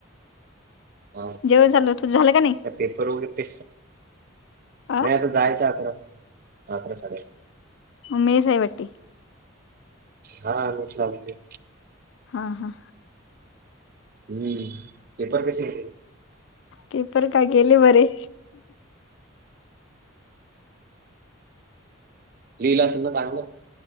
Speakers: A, on the right (about 45°); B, on the left (about 60°).
A: ह
B: जेवण झालं तू झालं का नाही
A: त्या पेपर प
B: अ
A: नाही जायच अकरा असता अकरा सा
B: मेस आहे बटी
A: हा म
B: हा हा
A: मी पेपर कसे घेत
B: पेपर का गेले बरे
A: लीला अस ना चांगलं